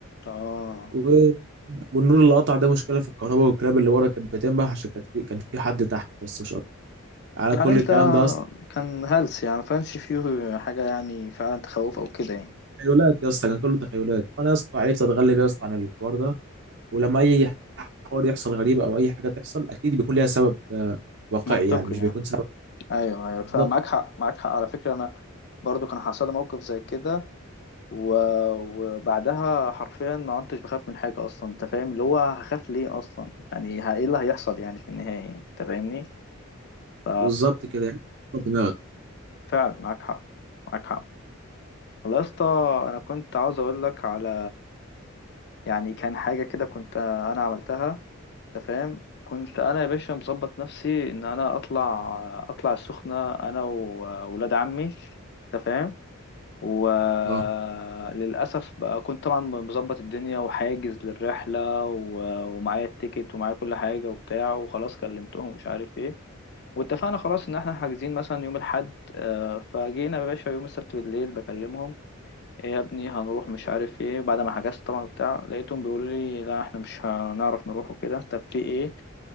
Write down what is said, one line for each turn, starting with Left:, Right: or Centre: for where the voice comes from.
Left: اه
Right: و... والنور اللي قطع ده مشكله في الكهرباء والكلاب اللي ورا كانت بتنبح عشان كان في كان في حد تحت بس مش اكتر يعني
Left: يعني
Right: كل
Left: انت
Right: الكلام ده اصلا
Left: كان هلس يعني ما كانش فيه حاجه يعني فعلا تخوف او كده يعني
Right: تخيلات يا اسطى كان كله تخيلات فانا يا اسطى عرفت اتغلب يا اسطى عن الحوار ده ولما اي حوار يحصل غريب او اي حاجه تحصل اكيد بيكون ليها سبب آه، واقعي
Left: منطقي
Right: يعني مش
Left: يعني
Right: بيكون سبب
Left: ايوه ايوه فمعاك
Right: بالظبط
Left: حق معاك حق على فكره انا برضو كان حصل لي موقف زي كده و... وبعدها حرفيا ما كنتش بخاف من حاجه اصلا انت فاهم اللي هو هخاف ليه اصلا يعني ه- ايه اللي هيحصل يعني في النهايه يعني. انت فاهمني ف
Right: بالظبط كده يعني دماغك
Left: فعلا معاك حق معاك حق والله يا اسطى انا كنت عاوز اقول لك على يعني كان حاجه كده كنت انا عملتها انت فاهم كنت انا يا باشا مظبط نفسي ان انا اطلع اطلع السخنه انا وولاد عمي انت فاهم وللأسف
Right: اه
Left: بقى كنت طبعا مظبط الدنيا وحاجز للرحلة و- ومعايا التيكت ومعايا كل حاجة وبتاع وخلاص كلمتهم ومش عارف ايه واتفقنا خلاص ان احنا حاجزين مثلا يوم الحد آه، فجينا يا باشا يوم السبت بالليل بكلمهم ايه يا ابني هنروح مش عارف ايه بعد ما حجزت طبعا بتاع لقيتهم بيقولوا لي لا احنا مش هنعرف نروح وكده طب في ايه